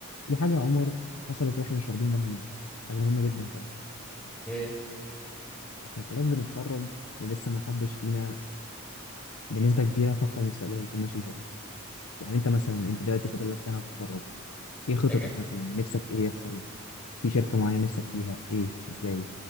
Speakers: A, on the left (about 85°); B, in the centre.
A: في حاجة يا عمر حصلت واحنا مش واخدين بالنا منها حاجة مهمة جدا كمان
B: ايه
A: احنا خلاص بنتخرج ولسه ما حدش فينا بنسبة كبيرة فكر مستقبله هيكون ماشي ازاي يعني انت مثلا انت دلوقتي فاضل لك سنة وتتخرج ايه خططك
B: يا جدع
A: مثلا نفسك ايه يحصل في شركة معينة نفسك فيها ايه ازاي